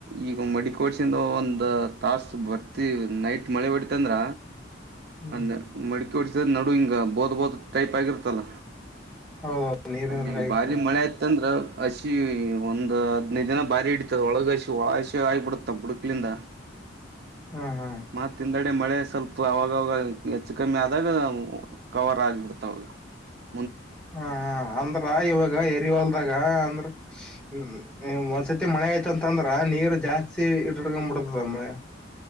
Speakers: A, on the right (about 55°); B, in the centre.
A: ಈಗ ಮಡಿಕೋಡ್ಸಿಂದ ಒಂದ್ ತಾಸ ಬರ್ತಿ ನೈಟ್ ಮಳೆ ಬಡ್ತಂದ್ರ
B: ಹ್ಮ್
A: ಅಂದ ಮಡಿಕ್.. <inaudible> ಿಸಿದ ನಡು ಹಂಗ ಬೋದ ಬೋದ್.. <inaudible> ೈಪ್ಾಗಿಿರುತಲ್ಲ... <inaudible>
B: ಹೌದೌದು ನೀರಿನ
A: ಅಲ್ಲಿ
B: ಆಗಿರ್ತಾವ
A: ಭಾರಿ ಮಳೆ ಆಯ್ತಂದ್ರ.. <unintelligible> ಹಸಿ ಒಂದ್ ಹದ್ನೈದು ದಿನ ಬಾರಿ ಇಡತದ ಒಳಗ ಹಸಿ ಒಳ ಹಸಿ ಆಗಬಿಡತ್ತ ಬುಡಕ್ಟ್ಸ್ಲಿಂಧ.
B: ಹ್ಮ್ ಹ್ಮ್
A: ಮತ್ ತಿಂದಡೆ ಮಳೆ.. <inaudible> ಸ್ವಲ್ಪ ಅವಾಗಾಗ ಹೆಚ್ಚು ಕಮ್ಮಿ ಆದಾಗ ಕವರ್ ಆಗ್ಬಿತ್. ತ್ತೌದ.. <inaudible>
B: ಹ ಹ ಅಂದ್ರ ಇವಾಗ ಎರಿವಾಲ್ದಾಗ ಅಂದ್ರ... <unintelligible> ಹ್ಮ್ ಒಂದ್ಸತಿ ಮಳೆ ಆಯ್ತಂತಂದ್ರ ನೀರ್ ಜಾಸ್ತಿ ಇಟ್ಡ್ಕೊಂಡ್ ಬಿಿಡ್ತದಮ್ಮ.. <unintelligible> <inaudible>